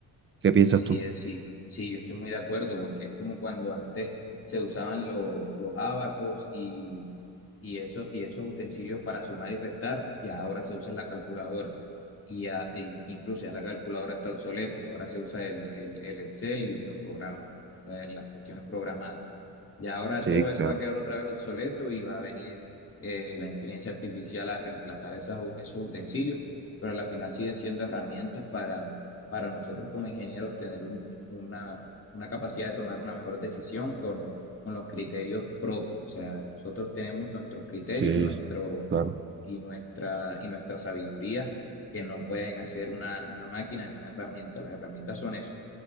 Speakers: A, on the right (about 30°); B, on the left (about 35°).
A: ¿Qué piensas
B: Así
A: tú?
B: es, sí, sí, yo estoy muy de acuerdo porque es como cuando antes se usaban los, los abacos y, y, eso, y esos utensilios para sumar y restar, ya ahora se usa la calculadora y ya, e incluso ya la calculadora está obsoleta, ahora se usa el, el, el Excel y los programas, la- las cuestiones programadas. Ya ahora
A: Sí,
B: todo
A: claro.
B: eso va a quedar otra vez obsoleto y va a venir eh, la inteligencia artificial a reemplazar esas u- esos utensilios, pero al final siguen siendo herramientas para nosotros como ingenieros tener un- una, una capacidad de tomar una mejor decisión con, con los criterios propios. O sea, nosotros tenemos nuestros criterios
A: Sí,
B: y, nuestro,
A: claro.
B: y, nuestra, y nuestra sabiduría que no pueden hacer una, una máquina ni una herramienta. Las herramientas son eso.